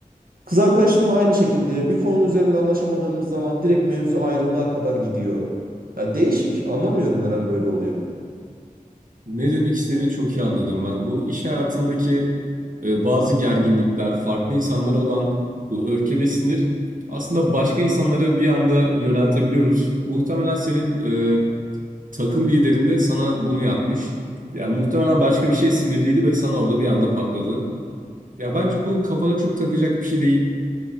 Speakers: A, on the right; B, on the right.
A: Kız arkadaşımla aynı şekilde bir konunun üzerinde anlaşamadığımız zaman direkt mevzu ayrılığa kadar gidiyor. Ya değişik. Anlamıyorum neden böyle oluyor.
B: Ne demek istediğini çok iyi anladım ben. Bu iş hayatındaki e, bazı gerginlikler, farklı insanlara olan bu öfke ve sinir aslında başka insanlara bir anda yöneltebiliyoruz. Muhtemelen senin e, takım liderin de sana bunu yapmış. Yani muhtemelen başka bir şey sinirliydi ve sana orada bir anda patladı. Ya bence bu kafana çok takacak bir şey değil.